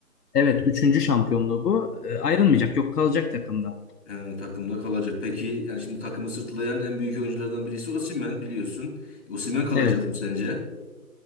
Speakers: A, on the left; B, on the left.
A: Evet üçüncü şampiyonluğu bu. E, ayrılmayacak yok kalacak takımda.
B: Ee, takımda kalacak. Peki yani şimdi takımı sırtlayan en büyük oyunculardan birisi Osimhen biliyorsun. Osimhen kalacak
A: Evet.
B: mı sence?